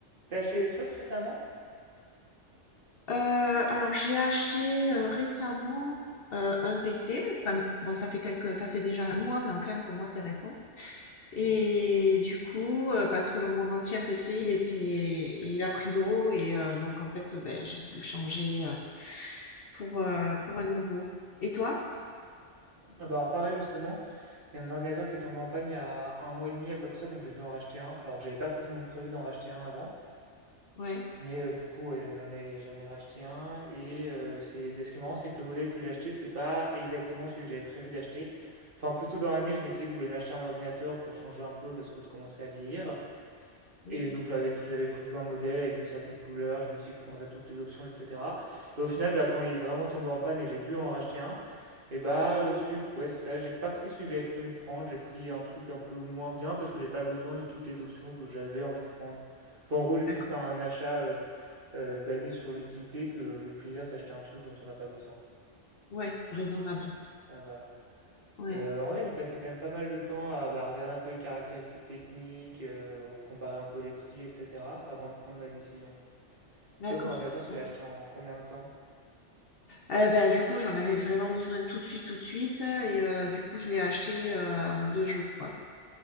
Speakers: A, on the right; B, on the left.
A: T'as acheté des trucs récemment?
B: Heu, alors j'ai acheté, heu, récemment, heu, un PC. Enfin, bon, ça fait quelques ça fait déjà un mois, mais enfin pour moi c'est récent et du coup, heu, parce que le mon ancien PC il était il a pris l'eau et heu, donc en fait, beh, j'ai dû changer, heu, pour, heu, pour un nouveau. Et toi?
A: Ah Bah alors pareil justement, il y a mon ordinateur qui est tombé en panne il y a un mois et demi à peu près, donc j'ai dû en racheter un, alors que j'avais pas forcément prévu d'en racheter un avant.
B: Ouais.
A: Mais euh, du coup ouais, j'en ai j'en ai racheté un et euh, c'est bah, ce qui est marrant c'est que le modèle que j'ai acheté c'est pas exactement celui que j'avais prévu d'acheter. Enfin plutôt dans l'année je m'étais dit que je voulais m'acheter un ordinateur pour changer un peu parce que de commencer à vieillir.
B: Mmh.
A: Et donc j'avais prévu un modèle avec une certaine couleur, je me suis dit que je prendrais toutes les options, etc. Et au final, bah, quand il est vraiment tombé en panne et que j'ai dû en racheter un, et bah euh, celui, ouais, c'est ça, j'ai pas pris celui que j'avais prévu de prendre, j'ai pris un truc un peu moins bien parce que j'ai pas besoin de toutes les options que j'avais envie de prendre. Enfin, en gros, j'ai plus
B: D'accord.
A: fait un achat euh, euh, basé sur l'utilité que le plaisir d'acheter un truc dont on n'a pas besoin.
B: Ouais, raisonnable.
A: Ouais, voilà.
B: Ouais,
A: Et euh, en vrai, j'ai passé quand même pas mal de temps à bah, regarder un peu les caractéristiques techniques, euh, comparer un peu les prix, etc., avant de prendre ma décision.
B: d'accord.
A: Toi, ton ordinateur, tu
B: Bon.
A: l'as acheté en combien de temps?
B: Heu, bah, du coup, j'en avais vraiment besoin tout de suite, tout de suite et heu, du coup, je l'ai acheté, heu, en 2 jours, quoi.